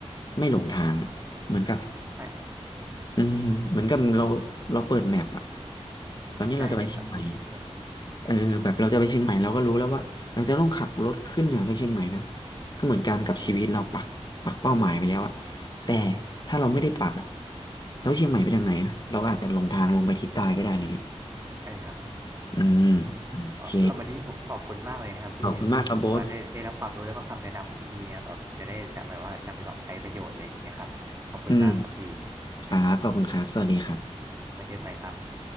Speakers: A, on the left; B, on the right.
A: ไม่หลงทางเหมือนกับ
B: ใช่แ
A: อืมเหมือนกับเราเราเปิดแมปอะตอนนี้เราจะไปเชียงใหม่
B: ใจเลยครับที่พี่เพูดแบบนี้
A: เออแบบเราจะไปเชียงใหม่เราก็รู้แล้วว่าเราจะต้องขับรถขึ้นเหนือไปเชียงใหม่นะก็เหมือนกันกับชีวิตเราปักปักเป้าหมายไปแล้วอะแต่ถ้าเราไม่ได้ปักอะแล้วเชียงใหม่ไปทางไหนอะเราอาจจะหลงทางลงไปทิศใต้ก็ได้อะไรเงี้ย
B: ใช่ครับ
A: อืมโอเค
B: อ๋อสำหรับวันนี้ผมขอบคุณมากเลยนะครับพี่
A: ขอบคุณมากครับโบ๊ท
B: แบบว่าได้ได้รับความรู้แล้วก็คำแนะนำของพี่ครับแบบจะได้นำไปว่านำไปปรับใช้ประโยชน์อะไรอย่างเงี้ยครับขอบคุณมากครับพี่ม
A: อืมครับขอบคุณครับสวัสดีครับ
B: มาเจอกันใหม่ครับ